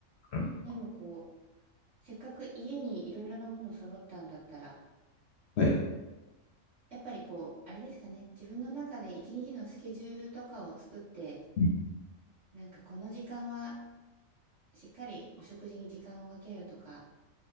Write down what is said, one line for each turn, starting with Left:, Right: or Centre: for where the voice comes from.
Left: うん。
Right: でもこう、せっかく家にいろいろなもの揃ったんだったら、
Left: はい。
Right: やっぱりこう、あれですかね、自分の中で一日のスケジュールとかを作って、
Left: うん。
Right: なんかこの時間はしっかりお食事に時間をかけるとか、